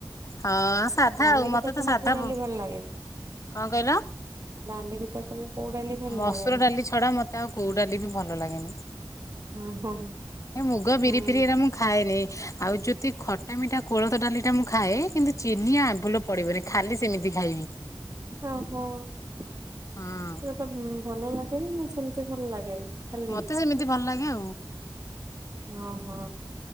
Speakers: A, on the left (about 40°); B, on the right (about 45°).
A: ହଁ ସାଧା
B: ଡାଲି
A: ଆଉ ମତେ
B: ଭିତରେ ତମକୁ
A: ତ ସାଧା
B: କୋଉ ଡାଲି
A: ବହୁ
B: ଭଲ ଲାଗେ?
A: କଣ କହିଲ
B: ଡାଲି ଭିତରେ ତମକୁ କୋଉ ଡାଲି ଭଲ
A: ମସୁର
B: ଲାଗେ?
A: ଡାଲି ଛଡା ମତେ ଆଉ କୋଉ ଡାଲି ବି ଭଲ ଭଲ ଲାଗେନି
B: ହଁ ହଁ
A: ଏ ମୁଗ
B: ହଁ
A: ବିରି ଫିରିରେ ମୁଁ ଖାଏନି ଆଉ ଯଦି ଖଟା ମିଠା କୋଳଥ ଡାଲି ଟା ମୁଁ ଖାଏ କିନ୍ତୁ ଚିନି ଆମ୍ବୁଲ ପଡିବନି ଖାଲି ସେମିତି ଖାଇବି
B: <unintelligible> ଭଲ
A: ହଁ
B: ଲାଗେନି ନା ସେମିତି ଭଲ ଲାଗେ ଖାଲି
A: ମତେ ସେମିତି ଭଲ ଲାଗେ ଆଉ
B: ଓହୋ